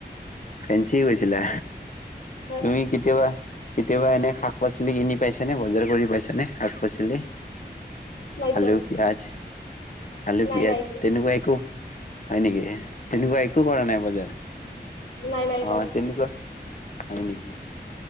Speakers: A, on the left; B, on the left.
A: ফেঞ্চি গৈছিলা
B: হয়
A: তুমি কেতিয়াবা কেতিয়াবা এনে শাক পাচলি কিনি পাইছেনেে বজাৰ কৰি পাইছেনেে শাক পাচলি
B: নাই পোৱা
A: আলু পিয়াজ আলু
B: নাই
A: পিয়াজ
B: নাই পোৱা
A: তেনেকুৱা একো হয় নেকি তেনেকুৱা এক একো কৰা নাই বজাৰ
B: নাই নাই
A: অ
B: কৰা।
A: তেনেকুৱা হয় নেকি